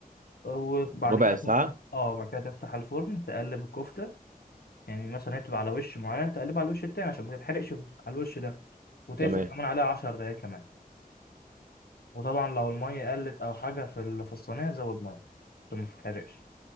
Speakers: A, on the left; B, on the right.
A: وبعد
B: ربع
A: كده ت-
B: ساعة؟
A: اه بعد كده تفتح الفرن تقلب الكفته يعني مثلا هي بتبقى على وش معين تقلبها على الوش التاني عشان ما تتحرقش على الوش ده وتقفل
B: تمام
A: كمان عليها 10 دقايق كمان وطبعا لو المية قلت أو حاجة في ال- في الصينية زود مية عشان ما تتحرقش